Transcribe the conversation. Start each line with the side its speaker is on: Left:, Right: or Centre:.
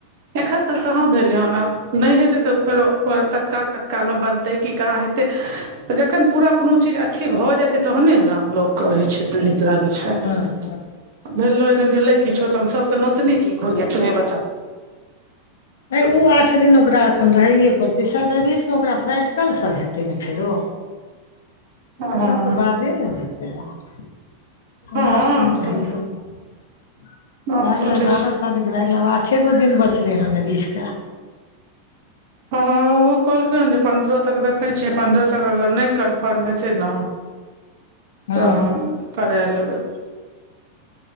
Right: एखन तक कहाँ भेलै हन आब नहि हेते तऽ फेरो तत्काल तत्काल में बनते। की केना हेतै। तऽ जखन पूरा कोनो चीज अथि भऽ जाइ छैय तखने ने लोक कहे छैय तऽ नीक लागै छैय।
Left: हाँ।
Right: भेलए नै गेलै किछो तऽ हम सबके नोतने की घुरिये तुसी बता।
Left: है उ आठ दिन ओकरा एखन रहैये पड़ते साइद बीच मे ओकरा प्रैक्टिकल सब हेतै ने फेरो।
Right: हँ
Left: इ सबके बादे ने जेतै ल।
Right: हँ
Left: ओना आठ दिन रहले
Right: तऽ
Left: भए
Right: आब
Left: गेलै
Right: सोचै
Left: बारह
Right: छी
Left: दिन। हो गेलै आठेगो दिन बचले हन बीचके।
Right: हाँ उ कहलके हन जे पन्द्रह तक देखैत छियै पन्द्रह तक अगर नहि कन्फर्म हेतै ने।
Left: हँ
Right: तहन करा लेबै।